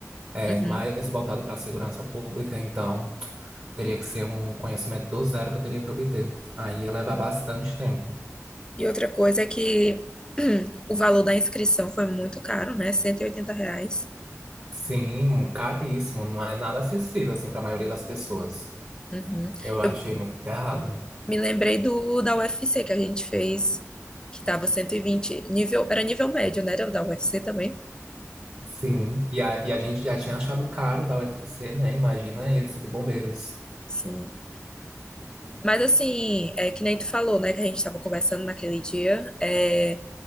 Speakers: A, on the right; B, on the left.
A: é
B: Uhum.
A: mais voltado para a segurança pública, então teria que ser um conhecimento do zero que eu teria que obter. Aí ia levar bastante tempo.
B: E outra coisa é que <clears throat> o valor da inscrição foi muito caro, né? cento e oitenta reais.
A: Sim, caríssimo, não é nada acessível assim para a maioria das pessoas.
B: Uhum.
A: Eu achei
B: Eu
A: muito errado.
B: me lembrei do da UFC que a gente fez, que tava 120 nível, era nível médio, né? Era Da UFC também.
A: Sim, e a, e a gente já tinha achado caro da UFC, né? Imagina esse do Bombeiros.
B: Sim. Mas assim, é que nem tu falou, né? Que a gente estava conversando naquele dia. é,